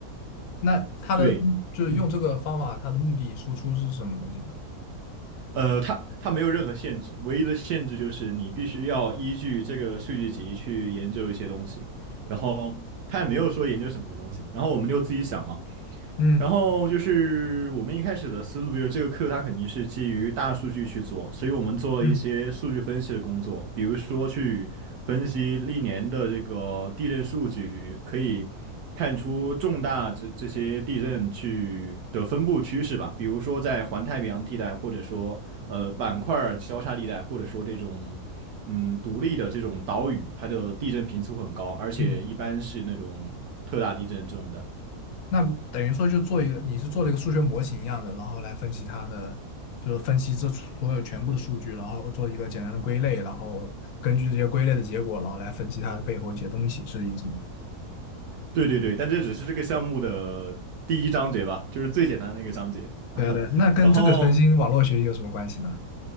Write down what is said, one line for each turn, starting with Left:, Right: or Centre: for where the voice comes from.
Left: 那它的就是用这个方法，
Right: 对。嗯。
Left: 它的目的输出是什么东西呢？
Right: 呃，它它没有任何限制，唯一的限制就是你必须要依据这个数据集去研究一些东西，然后它也没有说研究什么东西，然后我们就自己想嘛，
Left: 嗯
Right: 然后就是我们一开始的思路，比如这个课它肯定是基于大数据去做，所以我们做了一些数据分析的工作，
Left: 嗯
Right: 比如说去分析历年的这个地震数据，可以看出重大这这些地震去的分布趋势吧，比如说在环太平洋地带，或者说呃板块儿交叉地带，或者说这种嗯独立的这种岛屿，它的地震频次会很高，而且一般是那种特大地震这种的。
Left: 嗯，那等于说就做一个，你是做了一个数学模型一样的，然后来分析它的，就是分析这所有全部的数据，然后做一个简单的归类，然后根据这些归类的结果，然后来分析它的背后一些东西，是这个意思吗？
Right: 对对对，但这只是这个项目的第一章节吧，就是最简单的一个章节。<laughs>
Left: 对啊对啊那跟这个神经网络学习有什么关系呢？
Right: 然后